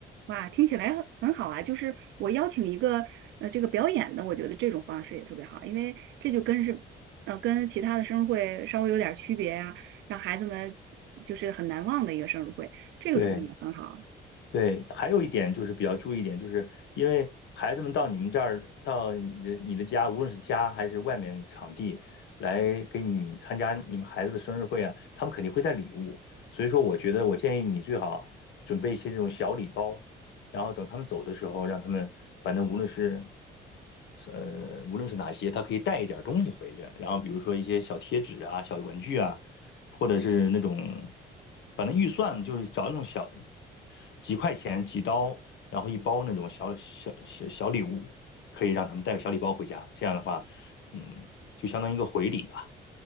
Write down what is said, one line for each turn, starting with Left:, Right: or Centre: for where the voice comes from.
Right: 哇，听起来很很好啊！就是我邀请一个呃这个表演的，我觉得这种方式也特别好，因为这就跟是呃跟其他的生日会稍微有点儿区别呀、让孩子们就是很难忘的一个生日会，这个主意也很好。
Left: 对，对，还有一点就是比较注意一点，就是因为孩子们到你们这儿，到你的你的家，无论是家还是外面场地，来给你参加你们孩子的生日会啊，他们肯定会带礼物。所以说，我觉得我建议你最好准备一些这种小礼包，然后等他们走的时候，让他们反正无论是呃无论是哪些，他可以带一点东西回去，然后比如说一些小贴纸啊、小文具啊，或者是那种，反正预算就是找那种小几块钱几刀，然后一包那种小小小小礼物，可以让他们带个小礼包回家。这样的话，嗯，就相当于一个回礼吧。